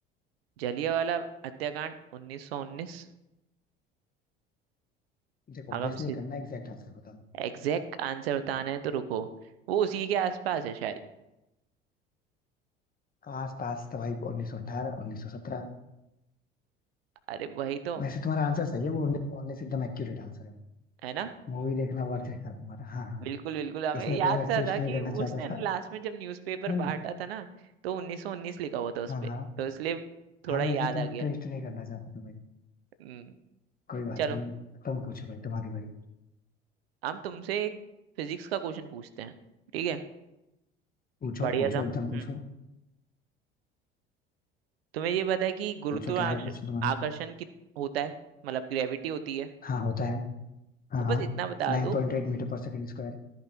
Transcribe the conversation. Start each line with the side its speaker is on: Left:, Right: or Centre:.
Right: जलियांवाला हत्याकांड 1919
Left: देखो
Right: आगम
Left: गेस नहीं
Right: सिद्ध
Left: करना एग्जैक्ट आंसर बताना
Right: एग्जैक्ट आंसर बताना है तो रुको वो उसी के आसपास है शायद
Left: आस पास था भाई 1918 1917
Right: अरे वही तो
Left: वैसे तुम्हारा आंसर सही है वो 1919 एकदम एक्यूरेट आंसर है
Right: है ना
Left: मूवी देखना वर्थ था तुम्हारा हाँ हाँ
Right: बिल्कुल बिल्कुल हमें
Left: इसमें
Right: याद
Left: कोई मैं
Right: सा
Left: ट्विस्ट
Right: था
Left: नहीं
Right: कि
Left: करना
Right: उसने
Left: चाहता
Right: ना
Left: था
Right: लास्ट में जब न्यूज़पेपर
Left: नहीं नहीं
Right: बांटा था ना तो 1919 लिखा हुआ था उस
Left: हाँ
Right: पे
Left: हाँ
Right: तो इसलिए थोड़ा
Left: हाँ मैं
Right: याद
Left: इसमें तुम्हें
Right: आ गया
Left: ट्विस्ट नहीं करना चाहता था भाई
Right: हम्म,
Left: कोई बात
Right: चलो
Left: नहीं तुम पूछो भाई तुम्हारी बारी
Right: हम तुमसे एक फिजिक्स का क्वेश्चन पूछते हैं ठीक है
Left: पूछो
Right: बढ़िया
Left: पूछो
Right: सा
Left: एकदम पूछो
Right: हम्म तुम्हें ये पता है कि गुरुत्वाकर्षण
Left: पूछो क्या है कुछ तुम्हारा
Right: आकर्षण कित होता है मतलब ग्रेविटी होती है
Left: हाँ होता है हाँ
Right: तो बस
Left: हाँ
Right: इतना बता
Left: Nine
Right: दो
Left: point eight metre per second square